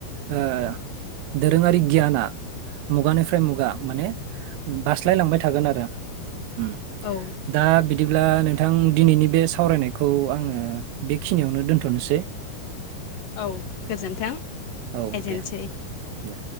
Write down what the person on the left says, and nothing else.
औ
औ गोजोन्थों
एजेन्सै।